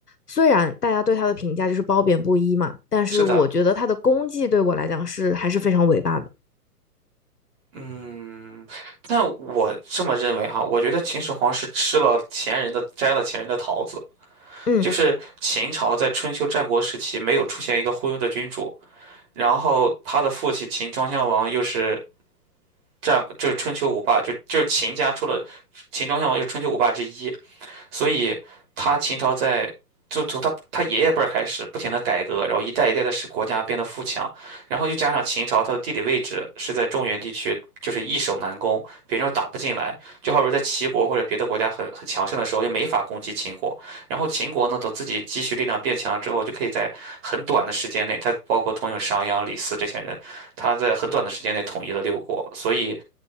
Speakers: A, on the left (about 75°); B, on the right (about 40°).
A: 虽然大家对他的评价就是褒贬不一嘛，但是我觉得他的功绩对我来讲是还是非常伟大的。
B: 是的。嗯，那我这么认为哈，我觉得秦始皇是吃了前人的，摘了前人的桃子。
A: 嗯
B: 就是秦朝在春秋战国时期没有出现一个昏庸的君主，然后他的父亲秦庄襄王又是战，就是春秋五霸，就就是秦家出了秦庄襄王又是春秋五霸之一，所以他秦朝在就从他他爷爷辈儿开始不停的改革，然后一代一代的使国家变得富强，然后又加上秦朝它的地理位置是在中原地区，就是易守难攻，别人又打不进来，就好比在齐国或者别的国家很很强盛的时候，就没法攻击秦国，然后秦国呢，等自己积蓄力量变强之后，就可以在很短的时间内，他包括通用商鞅、李斯这些人，他在很短的时间内统一了六国，所以